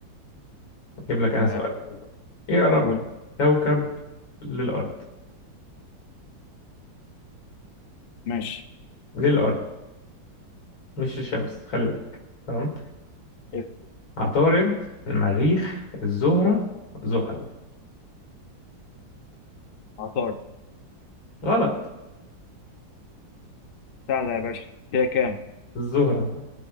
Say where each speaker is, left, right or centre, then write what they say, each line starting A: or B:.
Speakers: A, on the left (about 75°); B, on the left (about 45°).
A: اجيب لك انا
B: آه.
A: سؤال حلو ايه اقرب
B: قول
A: كوكب للارض
B: ماشي
A: للارض مش للشمس خلي بالك تمام
B: إيه.
A: عطارد المريخ الزهرة زحل
B: عطار
A: غلط
B: سهلة يا باشا كده كام؟
A: الزهرة